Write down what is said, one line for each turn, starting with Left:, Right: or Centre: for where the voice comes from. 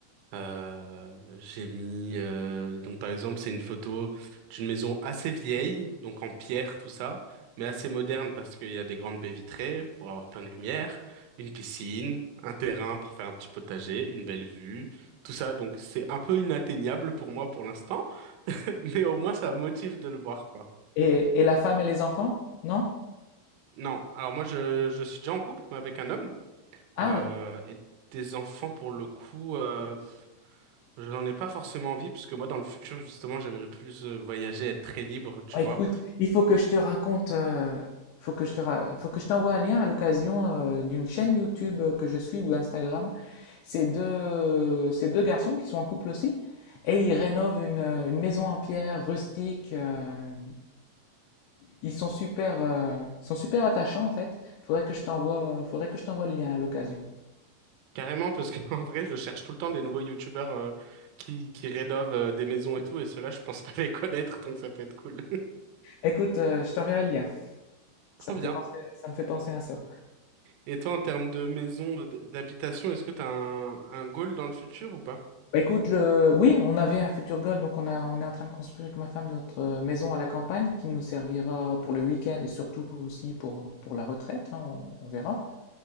Right: Euh, j'ai mis euh, donc par exemple c'est une photo d'une maison assez vieille, donc en pierre tout ça, mais assez moderne parce qu'il y a des grandes baies vitrées pour avoir plein de lumière, une piscine, un terrain pour faire un petit potager, une belle vue, tout ça. Donc c'est un peu inatteignable pour moi pour l'instant, <laughs> mais au moins ça me motive de le voir quoi.
Left: Et, et la femme et les enfants? Non?
Right: Non, alors moi je je suis déjà en couple mais avec un homme.
Left: Ah
Right: Euh,
Left: oui.
Right: et des enfants, pour le coup, euh, pff, j'en ai pas forcément envie, parce que moi, dans le futur, justement, j'aimerais plus euh, voyager, être très libre, tu
Left: Ah,
Right: vois.
Left: écoute, il faut que je te raconte, euh, faut que je te ra- faut que je t'envoie un lien à l'occasion euh, d'une chaîne YouTube euh, que je suis ou Instagram. C'est deux, c'est deux garçons qui sont en couple aussi et ils rénovent une, euh, une maison en pierre rustique. euh, ils sont super, euh, ils sont super attachants en fait. Faudrait que je t'envoie, faudrait que je t'envoie le lien à l'occasion.
Right: Carrément, parce que <laughs> en vrai, je cherche tout le temps des nouveaux youtubeurs euh, qui, qui rénovent euh, des maisons et tout, et ceux-là, je pense pas <laughs> les connaître, donc ça peut être cool.
Left: Écoute, euh, je t'enverrai le lien. Ça
Right: <laughs> Trop
Left: me
Right: bien.
Left: fait penser, ça me fait penser à ça.
Right: Et toi, en termes de maison, euh, d- d'habitation, est-ce que t'as un, un goal dans le futur ou pas?
Left: Bah, écoute, le... oui, on avait un futur goal, donc on a, on est en train de construire avec ma femme notre euh, maison à la campagne qui nous servira pour le week-end et surtout pour- aussi pour, pour la retraite, hein, on, on verra.